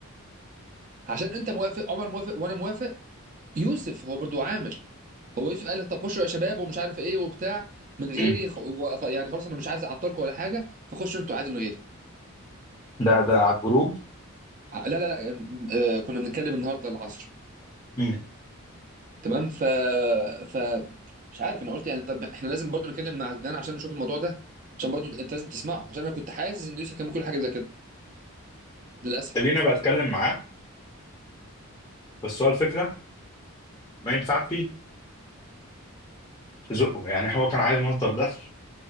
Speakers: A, on the right; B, on the left.
A: عشان انت موافق عمر موافق وانا موافق يوسف هو برضو عامل هو يوسف قال طب خشوا يا شباب ومش عارف ايه وبتاع من غيري
B: مم.
A: خ... و- خ- يعني خلاص انا مش عايز اعطلكم ولا حاجه فخشوا انتوا عادي من غيري
B: ده ده على الجروب
A: ع- لا لا لا م- آه، كنا بنتكلم النهارده العصر
B: مم.
A: تمام ف ف مش عارف انا قلت يعني طب احنا لازم برضو نتكلم مع عدنان عشان نشوف الموضوع ده عشان برضو انت لازم تسمعه عشان انا كنت حاسس ان يوسف كان ممكن يقول حاجه زي كده للاسف
B: خليني بتكلم معاه بس هو الفكره ما ينفعش تزقه يعني هو كان عايز مصدر دخل